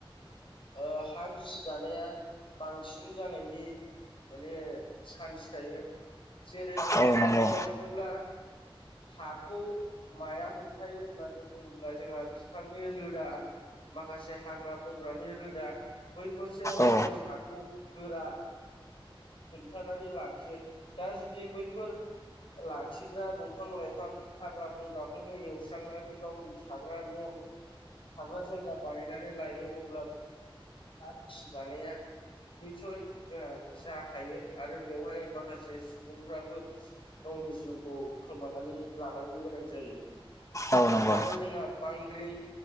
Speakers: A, on the left (about 65°); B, on the left (about 35°).
A: ओ हा गिसि दानाया बांसिन जानायनि माने चान्स थायो जेरै
B: औ नंगौ
A: बुंनो थाङोब्ला। हाखौ माया हमथायो होननानै बुङोब्ला जोंहा बिफांनि रोदा माखासे हाग्रा बंग्रानि रोदा बैफोरसो
B: औ
A: जोंनि हाखौ गोरा हमथानानै लाखियो। दा जुदि बैफोर लाखिग्रा दंफां लाइफां हाग्रा बंग्राखौनो एवस्रांनानै गावनि थाग्रा न' थाग्रा जायगा बानायनानै लायो अब्लाबो हा गिसि खानाया निसय जोंहा जाखायो आरो बेवहाय माखासे सासे सुबुंफ्राबो गावनि जिउखौ खोमानानै लानांगौ गोनां जायो।
B: औ नंगौ
A: आरो जोंहा बांग्रिं